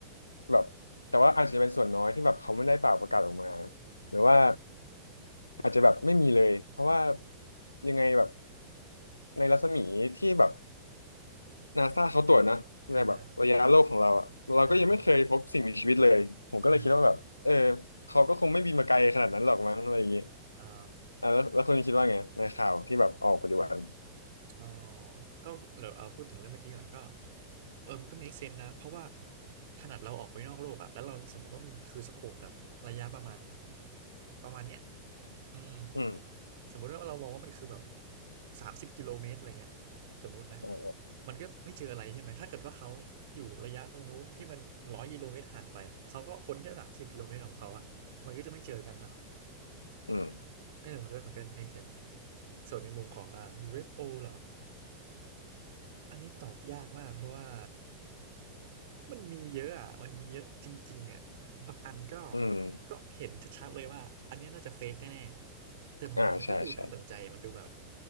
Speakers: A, on the left (about 80°); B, on the right (about 55°).
A: แบบแต่ว่าอาจจะเป็นส่วนน้อยที่แบบเขาไม่ได้เปล่าประกาศออกมาหรือว่าอาจจะแบบไม่มีเลยเพราะว่ายังไงแบบ ในรัศมีที่แบบนาซาเขาตรวจนะในแบบระยะโลกของเราอะเราก็ยังไม่เคยพบสิ่งมีชีวิตเลยผมก็เลยคิดว่าแบบเออ
B: อ่าฮะอ่าฮะอือฮึ
A: เขาก็คงไม่บินมาไกลขนาดนั้นหรอกมั้งอะไรอย่างเงี้ย
B: อ๋อ
A: อ่ะแล้วแล้วคุณคิดว่าไงในข่าวที่แบบออกปัจจุบัน
B: อ๋อก็เดี๋ยวเอาพูดถึงเรื่องเมื่อกี้ก่อนก็เออมันก็ม e เซนนะเพราะว่าขนาดเราออกไปนอกโลกอะแล้วเราสมมติว่ามันคือสโคปแบบระยะประมาณประมาณเนี้ยอืม
A: อืม
B: สมมุติว่าเรามองว่ามันคือแบบสามสิบกิโลเมตรอะไรเงี้ยสมมตินะ
A: อ๋อ
B: มันก็ไม่เจออะไรใช่ไหม ถ้าเกิดว่าเขาอยู่ระยะตรงนู้นที่มันร้อยกิโลเมตรห่างไปอะเขาก็ค้นแค่สามสิบกิโลเมตรของเขาอะมันก็จะไม่เจอกันเนาะ
A: อืม
B: เออมันก็มันก็ make sense ส่วนในมุมของอ่า UFO เอฟโอเหรอ อันนี้ตอบยากมากเพราะว่ามันมีเยอะอ่ะมันมีเยอะจริงๆอ่ะบางอันก็
A: อืม
B: ก็เห็นชัดๆเลยว่าอันเนี้ยน่าจะเฟกแน่ๆแต่บางอันมันก็ดูน่าสนใจมันดูแบบ
A: อ่าใช่ใช่